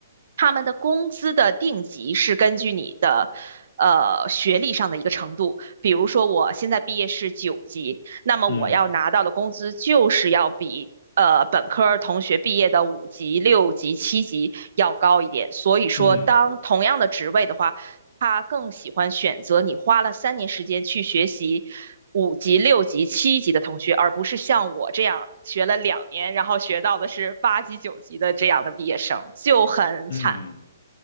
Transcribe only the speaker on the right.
他们的工资的定级是根据你的。呃，学历上的一个程度，比如说我现在毕业是九级，那么我要拿到的工资就是要比呃本科同学毕业的五级、
六级、七级要高一点。所以说，
当同样的职位的话，他更喜欢选择你花了三年时间去学习五级、六级、七级的同学，而不是像我这样学了两年，然后学到的是八级、九级的这样的毕业生，就很惨。